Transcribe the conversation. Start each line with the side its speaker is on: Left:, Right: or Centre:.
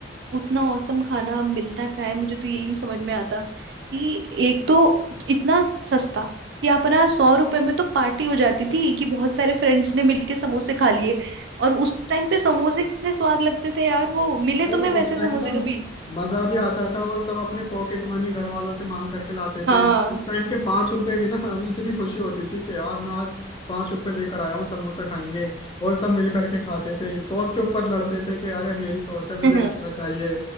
Right: उतना औसम खाना अब मिलता कहाँ है मुझे तो यही नहीं समझ में आता कि एक तो इतना सस्ता कि अपना सौ रुपए में तो पार्टी हो जाती थी कि बहुत सारे फ्रेंड्स ने मिलके समोसे खा लिए और उस टाइम पे समोसे कितने स्वाद लगते थे यार वो मिले तुम्हें
Left: और
Right: वैसे
Left: उस टाइम
Right: समोसे
Left: पर
Right: कभी
Left: मजा भी आता था और सब अपने पॉकेट मनी घर वालों से मांग करके लाते
Right: हाँ
Left: थे उस टाइम के पांच रुपए भी ना हाँ, इतनी खुशी होती थी कि यार मैं आज पांच रुपए लेकर आया हूँ समोसा खाएंगे और सब मिल करके खाते थे सॉस के ऊपर लड़ते थे कि अरे मेरी सॉस है मुझे
Right: <laughs>
Left: एक्स्ट्रा चाहिए